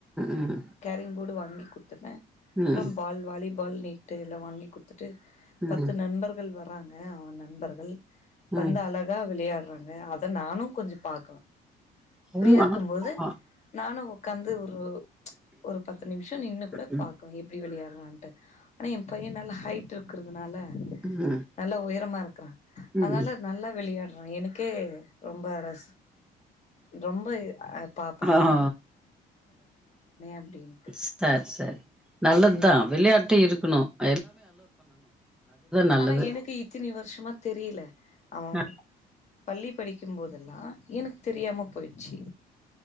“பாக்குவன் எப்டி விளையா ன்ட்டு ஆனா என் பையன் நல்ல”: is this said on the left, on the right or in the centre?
Left